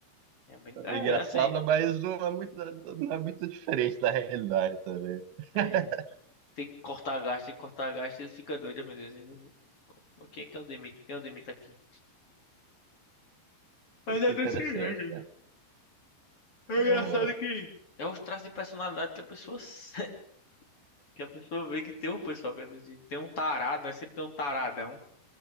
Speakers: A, on the left; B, on the right.
A: É bem. É,
B: É engraçado,
A: assim.
B: mas não é muito, não é muito diferente da realidade também. <laughs>
A: é, tem que cortar gasto, tem que cortar gasto, ele fica doido, meu Deus. Eu, o que é que eu demito? Quem eu demito aqui? Mas
B: Acho
A: é
B: que
A: desse
B: é interessante,
A: jeito.
B: cara.
A: É engraçado
B: Eu,
A: que. É os traços de personalidade que a pessoa se- <laughs> que a pessoa vê que tem um pessoal que é desse jeito. tem um tarado, né? Sempre tem um taradão.